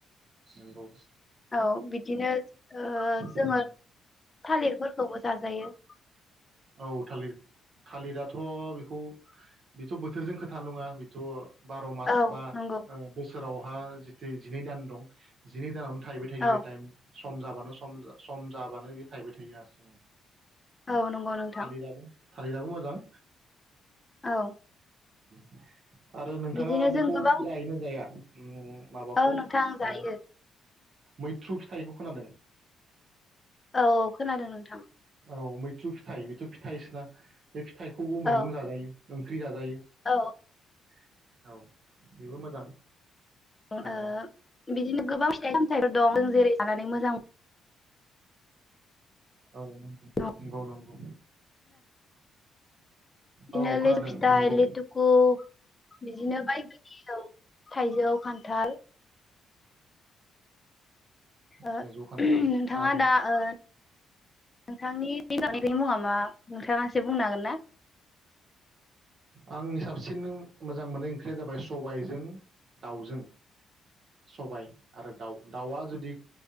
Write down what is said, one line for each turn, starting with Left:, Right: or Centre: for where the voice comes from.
Right: नोंगौ
Left: औ बिद बिदिनो ओ जोङो
Right: औ
Left: थालिरफोर खौबो जाजायो।
Right: औ थालिर थालिराथ' बेखौ बेथ' बोथोरजों खोथा नङा बेथ' बार' मास
Left: औ
Right: बा
Left: नंगौ
Right: ओ बोसोर सोरावहा जिथु जिनै दान दं जिनै दानावनो थायबाय थायो
Left: औ
Right: बे टायम सम जाबानो सम सम जाबानो बे थायबाय थायो हारसिङै।
Left: औ नंगौ। नोंथां
Right: थालिरआबो। थालिराबो मोजां।
Left: औ।
Right: <inaudible> आरो नोंथाङा
Left: बिदिनो
Right: बेखौ
Left: जों गोबां
Right: जायोना जाया? <unintelligible> माबाखौ
Left: औ नोंथां
Right: ओ
Left: जायो
Right: मैथ्रु फिथाइखौ खोनादों?
Left: औ औ खोनादों नों
Right: औ मै थ्रु फिथाइ बेथ' फिथाइसोना बे फिथाइखौबो
Left: औ
Right: मैगं जाजायो। ओंख्रि जा जायो।
Left: औ
Right: औ बेबो मोजां
Left: ओ
Right: जानायाव
Left: बिदिनो गोबां फिथाइ सामथाइफोर दं। जेरै जानानै मोजां
Right: औ नंगौ।
Left: खोनादों
Right: नंगौ नंगौ।
Left: बिदिनो
Right: औ खोनादों
Left: लेसु फिथाइ
Right: नंगौ
Left: लेटुकु बिदिनो <unintelligible> औ थाइजौ। खान्थाल ओ
Right: थाइजौ खान्थाल
Left: नोंथाङा
Right: आरो
Left: दा ओ नोंथांनि <unintelligible> मुङा मा नोंथाङा बुंनो हागोन ना?
Right: आं साबसिन मोजां मोननाय ओंख्रिया जाबाय सबायजों दाउजों सबाय आरो दाउ दाउआ जुदि